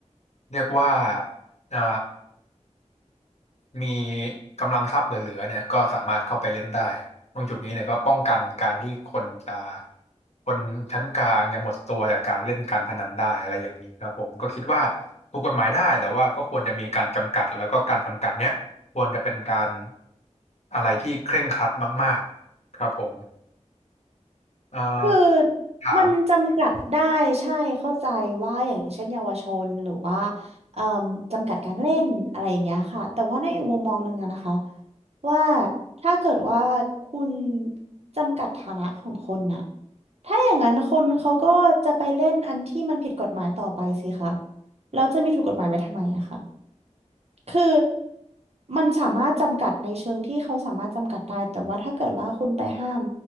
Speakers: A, on the left; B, on the right.
A: เรียกว่าอ่า มีกำลังทรัพย์เหลือๆเนี่ยก็สามารถเข้าไปเล่นได้ตรงจุดนี้เนี่ยก็ป้องกันการที่คนจะคนชั้นกลางจะหมดตัวจากการเล่นการพนันได้อะไรอย่างนี้ครับผมก็คิดว่าถูกกฎหมายได้แต่ว่าก็ควรจะมีการจำกัดแล้วก็การจำกัดเนี้ยควรจะเป็นการอะไรที่เคร่งครัดมากๆครับผมเอ่อ
B: คือ
A: ถาม
B: มันจำกัดได้ใช่เข้าใจว่าอย่างเช่นเยาวชนหรือว่าเอ่มจำกัดการเล่นอะไรอย่างเงี้ยค่ะแต่ว่าในอีกมุมมองหนึ่งอะนะคะว่าถ้าเกิดว่าคุณจำกัดฐานะของคนน่ะถ้าอย่างนั้นคนเขาก็จะไปเล่นอันที่มันผิดกฎหมายต่อไปสิคะแล้วจะมีถูกกฎหมายไว้ทำไมอะคะ คือมันสามารถจำกัดในเชิงที่เขาสามารถจำกัดได้แต่ว่าถ้าเกิดว่าคุณไปห้าม